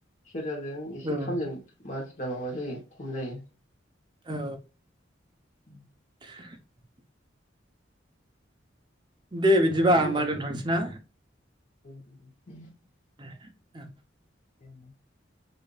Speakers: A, on the left; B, on the right.
A: सेरजाजों एसे
B: औ
A: खामजों मानसिफ्रा माबा जायो खम जायो
B: औ
A: उम
B: <inaudible> दे
A: लादोंमोन
B: बिदिबा
A: जोंनाबो
B: होमबा दोनथ'नोसै ना
A: <inaudible>
B: ओं
A: <inaudible>